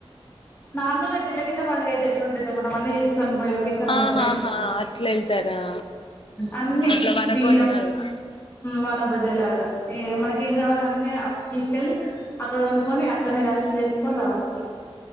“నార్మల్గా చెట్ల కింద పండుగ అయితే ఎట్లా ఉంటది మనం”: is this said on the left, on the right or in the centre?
Left